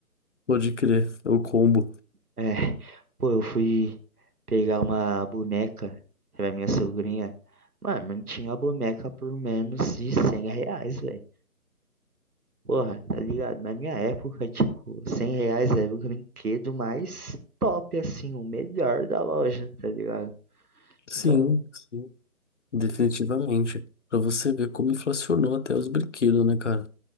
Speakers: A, on the left; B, on the right.
A: Pode crer, é o combo.
B: É. Pô, eu fui pegar uma boneca pra minha sobrinha. Mano, não tinha boneca por menos de 100 reais, velho. Porra, tá ligado? Na minha época, tipo, 100 reais era o brinquedo mais top, assim, o melhor da loja, tá ligado?
A: Sim,
B: Sabe?
A: sim, definitivamente. Pra você ver como inflacionou até os brinquedos, né, cara?